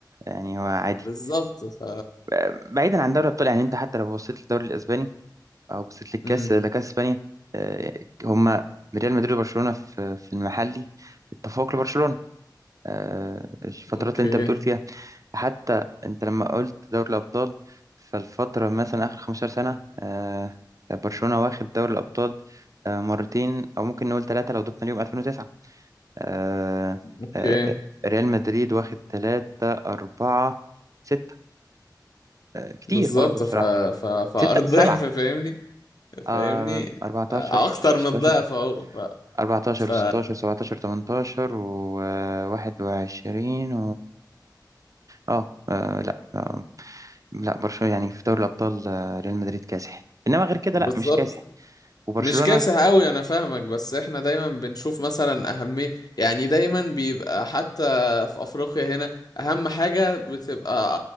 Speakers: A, on the right (about 50°); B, on the left (about 60°).
A: يعني هو عادي
B: بالظبط ف
A: آه، بعيدا عن دوري الأبطال يعني أنت حتى لو بصيت للدوري الأسباني أو بصيت للكاس
B: امم
A: لكاس إسبانيا آه، هما ريال مدريد وبرشلونة في في المحلي التفوق لبرشلونة آه، الفترات
B: اوكي
A: اللي أنت بتقول فيها حتى أنت لما قلت دوري الأبطال فالفترة مثلا آخر 15 سنة آه، برشلونة واخد دوري الأبطال آه، مرتين أو ممكن نقول ثلاثة لو ضفنا اليوم 2009 آه،
B: اوكي
A: آه، ريال مدريد واخد ثلاثة أربعة ستة آه، كتير
B: بالظبط
A: برضه بصراحة
B: ف ف فالضعف
A: ستة سبعة
B: فاهمني فاهمني
A: آه، 14
B: اكتر
A: 16
B: من الضعف اهو ف
A: 14
B: ف
A: و16 17 18 و21 و23 اه آه، لا آه، لا برشلونة يعني في دوري الأبطال آه، ريال مدريد كاسح إنما غير كده
B: بالظبط
A: لا مش كاسح وبرشلونة
B: مش كاسح قوي انا فاهمك بس احنا دايما بنشوف مثلا اهميه يعني دايما بيبقى حتى في افريقيا هنا اهم حاجه بتبقى